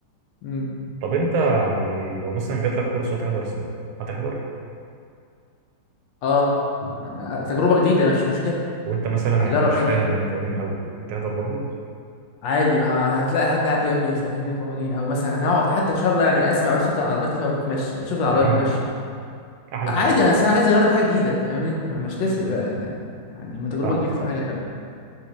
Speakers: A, on the left; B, on the right.
A: امم
B: طب انت يعني لو مثلا جات لك فرصه تحضر سباق هتحضر
A: اه ما- تجربه جديده ما فيش مشكله
B: وانت مثلا
A: اجرب
B: يعني مش
A: حاجه
B: فاهم
A: جديده
B: القوانين قوي تحضر برضو
A: عادي ما هتلاقي حد قاعد جنبي يفهمني قوانين او مثلا هنقعد حتى ان شاء الله يعني اسمع بس صوت العربيات كده بتمشي اشوف العربيات
B: دي اهم
A: بتمشي
B: حاجه احلى
A: عادي
B: حاجه دي
A: انا اصل انا عايز اجرب حاجه جديده فاهمني ما- مش تفرق بقى يعني عادي يعني ما تجربه
B: فاهمك
A: جديده تبقى
B: اه
A: حاجه حلوه